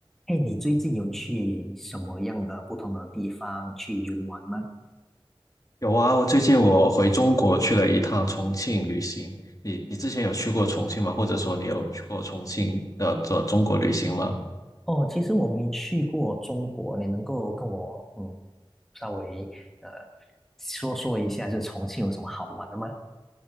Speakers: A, in the centre; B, on the left (about 40°).
A: 哎，你最近有去什么样的不同的地方去游玩吗？
B: 有啊，我最近我回中国去了一趟重庆旅行。你你之前有去过重庆吗？或者说你有去过重庆的这中国旅行吗？
A: 哦，其实我没去过中国，你能够跟我嗯稍微呃说说一下，就重庆有什么好玩的吗？